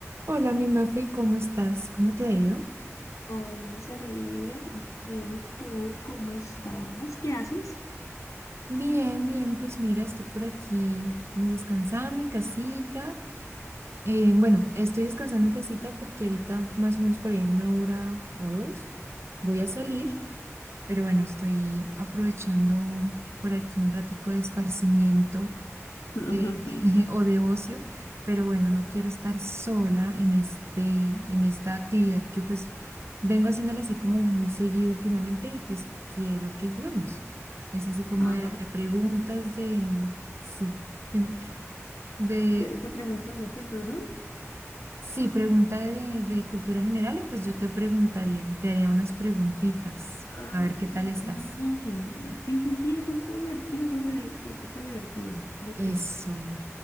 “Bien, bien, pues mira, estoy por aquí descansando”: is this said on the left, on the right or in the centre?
Right